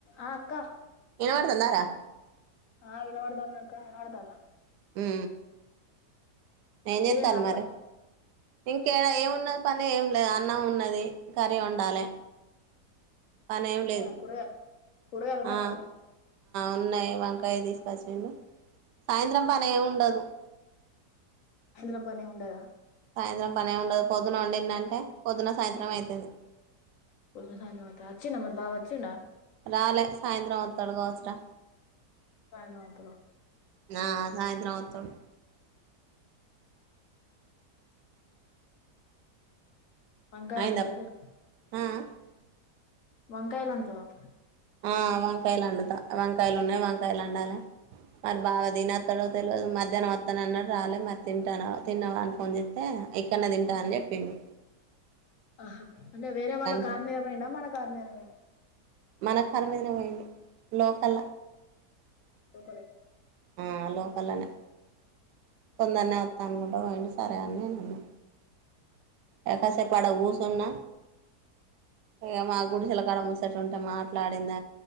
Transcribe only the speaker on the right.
వినపడుతుందారా
ఉ ఏం
చేస్తాన్లు
మరి ఇంకే ఏం ఉన్నది పని ఏం లేదు అన్నం ఉన్నది కర్రీ వండాలే పని ఏం
లేదు
ఆ
ఉన్నాయి వంకాయ తీసుకొచ్చిండు సాయంత్రం పని ఏమి ఉండదు
సాయంత్రం పనే ఉండదు పొద్దున వండింది అంటే పొద్దున్న సాయంత్రం అవుతుంది
రాలే సాయంత్రం అతడు కావచ్చు రా
ఆ సాయంత్రం అత్తడు
అయిందా
ఆ ఆ
ఆ వంకాయలండుత వంకాయలు ఉన్నాయి వంకాయలు వండాల మరి బావ తినస్తాడో తెలియదు మధ్యాహ్నం వస్తాను అన్నాడు రాలేదు మరి తింటాను తిన్నావా అని ఫోన్ చేస్తే ఇక్కన్నే తింటా అని చెప్పిడు
చెప్పి
మన కార్ మీదనే పోయిండు లోకల
ఆ లోకలనే తొందరనే వస్తా అనుకుంటా పోయిడి సరే అని నేను అన్నా ఎ కాసేపూ ఆడ కూసున్నా ఇగ మా గుడిసెల కడ కుసునుంటే మాట్లాడింద